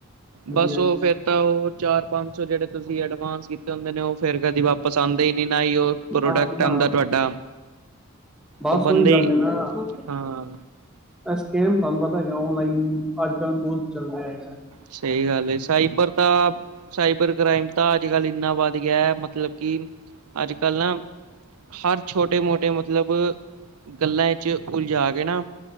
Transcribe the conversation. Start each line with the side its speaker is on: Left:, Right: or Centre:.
Centre: ਹਾਂਜੀ
Right: ਬਸ
Centre: ਹਾਂਜੀ
Right: ਉਹ ਫਿਰ ਤਾਂ ਉਹ ਚਾਰ ਪੰਜ ਸੌ ਜਿਹੜੇ ਤੁਸੀਂ ਐਡਵਾਂਸ ਕੀਤੇ ਹੁੰਦੇ ਨੇ ਉਹ ਫਿਰ ਕਦੇ ਵਾਪਸ ਆਉਂਦੇ ਹੀ ਨਹੀਂ ਨਾ ਹੀ ਉਹ ਪ੍ਰੋਡਕਟ
Centre: ਨਾ ਜੀ ਨਾ,
Right: ਆਉਂਦਾ ਤੁਹਾਡਾ
Centre: ਬਸ
Right: ਉਹ ਬੰਦੇ
Centre: ਉਹੀ ਗੱਲ
Right: ਹੀ
Centre: ਨਾ
Right: ਹਾਂ
Centre: ਸਕਹਿਮ ਤੁਹਾਨੂੰ ਪਤਾ ਔਨਲਾਈਨ, ਅੱਜ ਕੱਲ੍ਹ ਬਹੁਤ ਚੱਲ ਰਿਹਾ ਹੈਗਾ
Right: ਸਹੀ ਗੱਲ, ਸਾਇਬਰ ਤਾਂ ਸਾਈਬਰ ਕ੍ਰਾਈਮ ਤਾਂ ਅੱਜ ਕੱਲ੍ਹ ਇੰਨਾ ਵੱਧ ਗਿਆ ਮਤਲਬ ਕਿ, ਅੱਜ- ਕੱਲ੍ਹ ਨਾ ਹਰ ਛੋਟੇ ਮੋਟੇ ਮਤਲਬ, ਗੱਲਾਂ ਵਿੱਚ ਉਲਝਾ ਕੇ ਨਾ-